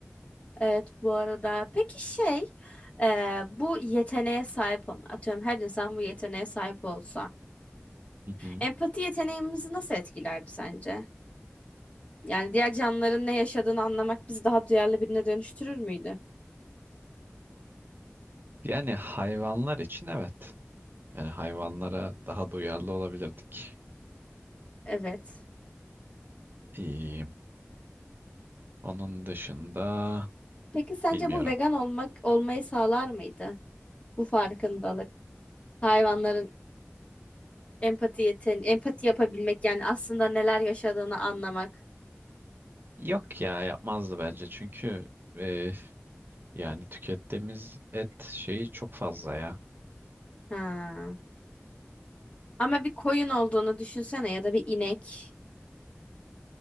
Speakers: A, on the left (about 25°); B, on the right (about 45°).
A: Evet bu arada peki şey e, bu yeteneğe sahip olan atıyorum her insan bu yeteneğe sahip olsa
B: Hı hı.
A: Empati yeteneğimizi nasıl etkilerdi sence? Yani diğer canlıların ne yaşadığını anlamak bizi daha duyarlı birine dönüştürür müydü?
B: Yani hayvanlar için evet. Yani hayvanlara daha duyarlı olabilirdik.
A: Evet.
B: İyi. Onun dışında
A: Peki sence
B: bilmiyorum.
A: bu vegan olmak olmayı sağlar mıydı? Bu farkındalık. Hayvanların empati yeten empati yapabilmek yani aslında neler yaşadığını anlamak.
B: Yok ya yapmazdı bence çünkü e, yani tükettiğimiz et şeyi çok fazla ya.
A: Ha. Ama bir koyun olduğunu düşünsene ya da bir inek.